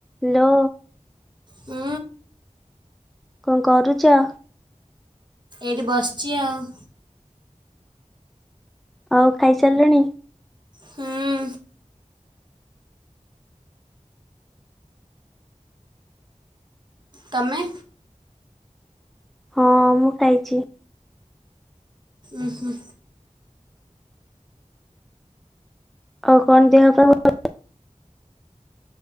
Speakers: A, in the centre; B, on the right (about 35°).
A: Hello.
B: ହୁଁ।
A: କଣ କରୁଛ?
B: ଏଇଠି ବସିଛି ଆଉ।
A: ଆଉ ଖାଇସାରିଲଣି।
B: ହୁଁ ତମେ।
A: ହଁ ମୁଁ ଖାଇଛି।
B: ଉୁ ହୁ
A: ଆଉ କଣ ଦେହ ପା ଭଲ?